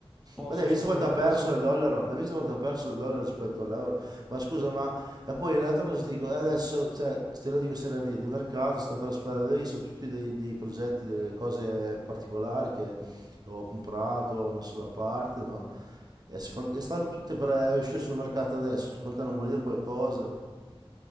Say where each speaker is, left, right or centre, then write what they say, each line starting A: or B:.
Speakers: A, in the centre; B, on the right (about 45°).
A: posso
B: Guarda, hai
A: sicuramente...
B: visto quanto ha perso
A: Adesso
B: il dollaro? Hai visto quanto ha perso il dollaro rispetto all'euro? Ma scusa, ma... E poi l'altra cosa ti dico, adesso, cioè, te lo dico seriamente, il mercato sta per esplodere, vedi, sono tutti dei, dei progetti, delle cose particolari che ho comprato, ho messo da parte, no? E, secon- e stanno tutte per eh, uscire sul mercato adesso, secondo te non vuol dire qualcosa?